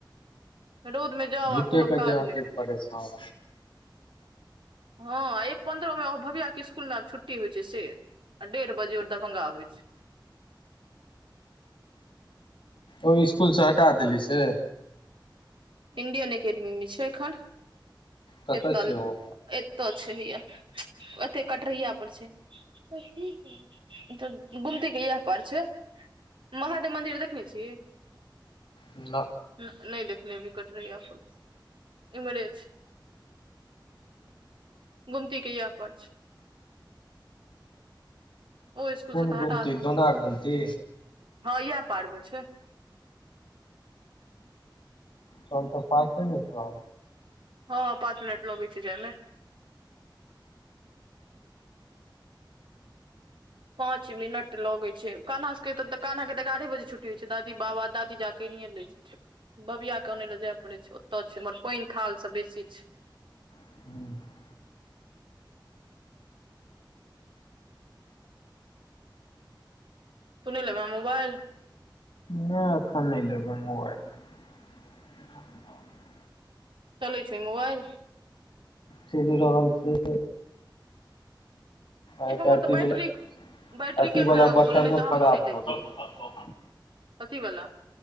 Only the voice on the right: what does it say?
रौद मे जाउ
आ कोनो
काज
नै होइ छै
हँ एक पन्द्रह मे ओ भविया के इसकुल मे आब छुट्टी होइ छै से आ डेढ़ बजे ओ दरभंगा आबै छै
इण्डियन एकेडमी मे छै एखन
एतऽ
एतऽ छेलैया एतै कटरैय पर छै <unintelligible> तऽ गुमती के येह पार छै महादेव मन्दिर देखने छी
न नहि देखने हेभी कटरैया पर ईमरे छै गुमती <unintelligible> पर छै ओ स्कूल
से तऽ हटा
देने
हँ इएह पारमे छै
हँ पाँच मिनट लगै छै जायमे पाँंच मिनट लगै छै कान्हा स के काना के तऽ एगारहे बजे छुट्टी हो छै दादी बाबा दादी जा केनिये <unintelligible> बबिया के अनय ले जाय पड़ै छै ओतय छै उमहर पानि थाल सब बेसी छै
तू नै लेबा मोबाइल
चलै छै मोबाइल
ए हमर
तऽ बैट्ररीक
बैटरीके
खराब
भऽ गेलै नहि तऽ हमहूं
नहि लैतियै
कथिवला